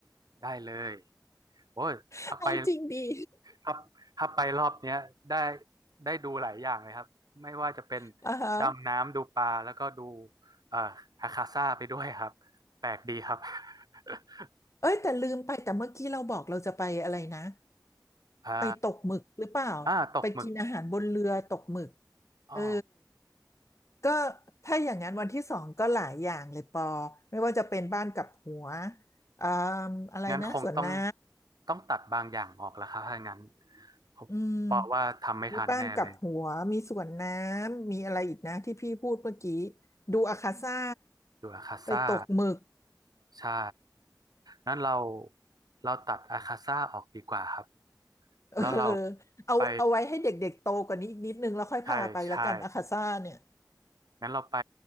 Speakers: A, on the right; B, on the left.
A: ได้เลยโอ้ยถ้าไป
B: <laughs> เอาจริงดี
A: ถ้าถ้าไปรอบเนี้ยได้ได้ดูหลายอย่างเลยครับไม่ว่าจะเป็น
B: <laughs> อ่าฮะ
A: ดำน้ำดูปลาแล้วก็ดูเอ่ออาคาซ่าไปด้วยครับแปลกดีครับ <laughs>
B: เอ้ยแต่ลืมไปแต่เมื่อกี้เราบอกเราจะไปอะไรนะ
A: อ่า
B: ไปตกหมึกหรือเปล่า
A: อ่าตกหมึก
B: ไปกินอาหารบนเรือตกหมึก
A: อ๋อ
B: เออก็ถ้าอย่างนั้นวันที่สองก็หลายอย่างเลยปอไม่ว่าจะเป็นบ้านกับหัวอ่าอะไรนะสวนน้
A: งั้นคงต้องต้องตัดบางอย่างออกแล้วครับถ้างั้น
B: ำอืม
A: ผมเพราะว่าทำไม่ทันแน่เลย
B: มีบ้านกับหัวมีสวนน้ำมีอะไรอีกนะที่พี่พูดเมื่อกี้ดูอาคาซ่า
A: ดูอาคาซ่า
B: ไปตกหมึก
A: ใช่นั้นเราเราตัดอาคาซ่าออกดีกว่าครับ
B: เออ
A: แล้วเรา
B: เอาเอาไว้ให้เด็กๆโตกว่านี้อีกนิดนึงแล้วค่อยพาไปละกันอาคาซ่าเนี่ย
A: ไปใช่ใช่งั้นเราไป